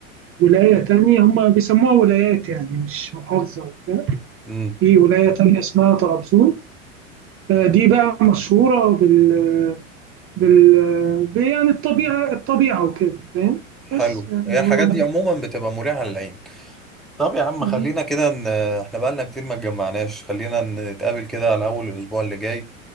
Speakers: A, on the right (about 30°); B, in the centre.
A: ولاية تانية هم بيسموها ولايات يعني مش محافظة
B: امم
A: في ولاية تانية اسمها طرابزون آه، دي بقى مشهورة بال بال ب- يعني الطبيعة الطبيعة وكده فاهم
B: حلو
A: بس يعني
B: هي الحاجات
A: هو
B: دي عموما بتبقى مريحة للعين طب يا عم
A: هو-
B: خلينا كده ان احنا بقالنا كتير ما اتجمعناش خلينا نتقابل كده على اول الاسبوع اللي جاي